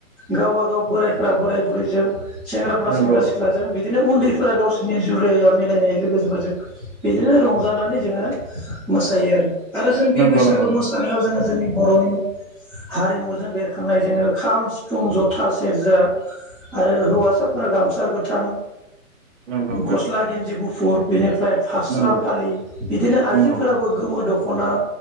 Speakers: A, in the centre; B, on the right.
A: गावबागाव बोरायफोरा बोराय बुरैजों सेंग्राफोरा
B: नंगौ
A: सेंग्रा सिख्लाजों बे दिनो अलदि फोरा गावसिनि जुराया मिलायनाय लोगोफोरजों बिदिनो रंजानानै जोङो मोसायो आरो। आरो जों बे
B: नंगौ
A: बैसागो
B: नंगौ नोंथां
A: मोसानायाव जोङो जोंनि बर'नि हारिमुजों बेरखांनाय जोङो खाम सिफुं जथा सेरजा। आरो हौवासाफोरा गामसा ओ गोथां।
B: नंगौ
A: गस्ला गिन्जि गुफ फुर बेनिफ फ्राय फास्रा
B: नंगौ
A: फालि बिदिनो आइजोफोराबो
B: नंगौ
A: गोमो दख' ख'ना